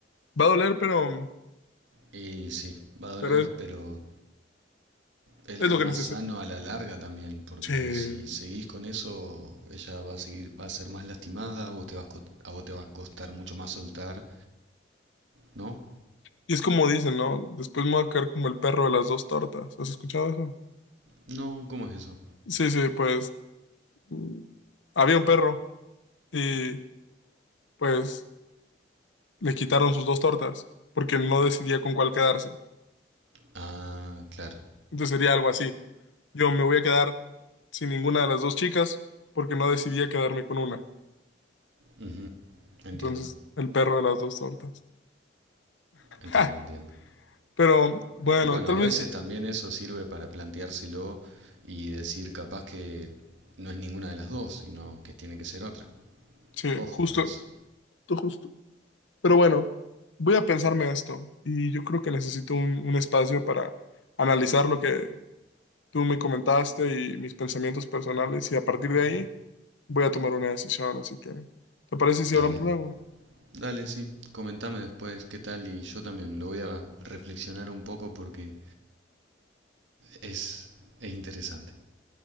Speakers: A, on the left; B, on the right.
A: Va a doler, pero,
B: Y sí, va a doler,
A: pero es,
B: pero Es
A: es
B: lo
A: lo que
B: más
A: necesito.
B: sano a la larga también, porque
A: Sí.
B: si seguís con eso, ella va a seguir, va a ser más lastimada, a vos te vas, co- a vos te va a costar mucho más soltar, ¿no?
A: Y es como dicen, ¿no? Después me voy a caer como el perro de las dos tortas. ¿Has escuchado eso?
B: No, ¿cómo es eso?
A: Sí, sí, pues mm, había un perro. y pues le quitaron sus dos tortas porque no decidía con cuál quedarse.
B: Ah, claro.
A: Entonces sería algo así. Yo me voy a quedar sin ninguna de las dos chicas porque no decidía quedarme con una.
B: Ujú. Entiendo,
A: Entonces el perro de las dos tortas.
B: entiendo,
A: ¡Ja!
B: entiendo.
A: Pero bueno,
B: Y bueno,
A: tal
B: a
A: vez,
B: veces también eso sirve para planteárselo y decir capaz que no es ninguna de las dos, sino que tiene que ser otra.
A: sí,
B: Ojo
A: justo,
B: con eso.
A: justo, justo. Pero bueno, voy a pensarme esto y yo creo que necesito un, un espacio para analizar lo que tú me comentaste y mis pensamientos personales y a partir de ahí voy a tomar una decisión, así que, ¿te parece si
B: Dale,
A: hablamos luego?
B: dale, sí. Comentame después qué tal y yo también lo voy a reflexionar un poco porque es, es interesante.